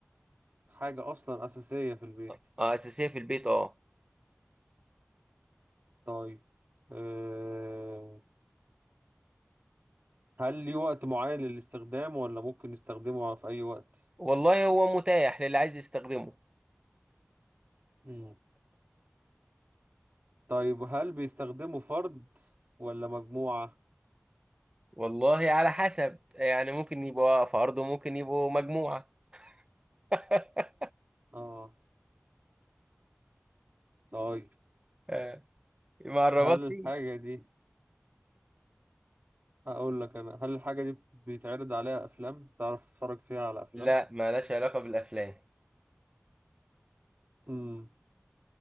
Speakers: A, on the right; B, on the right.
A: حاجة أصلا أساسية في البيت
B: طيب، اه أساسية في البيت اه
A: طيب آه، هل ليه وقت معين للاستخدام ولا ممكن نستخدمه في أي وقت؟
B: والله هو متاح للي عايز يستخدمه
A: مم. طيب هل بيستخدمه فرد ولا مجموعة؟
B: والله على حسب يعني ممكن يبقوا فرد وممكن يبقوا مجموعة <laughs>
A: آه طيب
B: آه، مع الرباط
A: هل
B: فيه
A: الحاجة دي أقول لك أنا هل الحاجة دي بيتعرض عليها أفلام؟ تعرف تتفرج فيها على أفلام؟
B: لا مالهاش علاقة بالأفلام
A: مم.